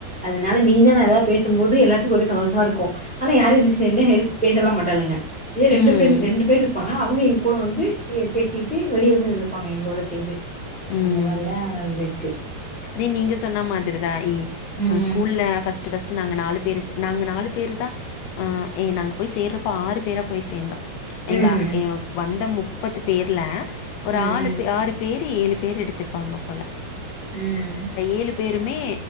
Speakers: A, in the centre; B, on the left (about 75°).
A: அதுனால நீங்க நா ஏதாவ்து பேசும்போது எல்லாத்துக்கு ஒரே சந்தோஷமா இருக்கு ஆனா யாரு எந்த்ருச்சி நின்னு ஹெல்ப் பேசல்லா மாட் டாலுங்க இதே
B: ம்
A: ரெண்டு ஃப்ரெண் ரெண்டு பேர்ருப்பாங்க அவுங்க எங்கூட வந்து யே பேசிட்டு வெளிய வந்து நின்னுப்பாங்க எங்களோட சேந்து
B: ம் ம்
A: அந்த மாரில்லா வந்துக்கு
B: அதே நீங்க சொன்னா மாதிரி தா இ
A: ம்.
B: அ ஸ்கூல்ல ஃபஸ் ட்டு ஃபஸ்ட்டு நாங்க நாலு பேர் ச நாங்க நாலு பேருதா ஆ எ நாங்க போய் சேர்றப்போ ஆறு பேரா போய் சேந்தோ
A: ம்.
B: எங்க எங்க வந்த முப் ப்பது பேர்ல ஒரு
A: ம். ம்.
B: ஆலு பே ஆறு பேர் த்தி ஏழு பேர் எடுத்துருப்பாங்க போல
A: ம்
B: ஏழு பேருமே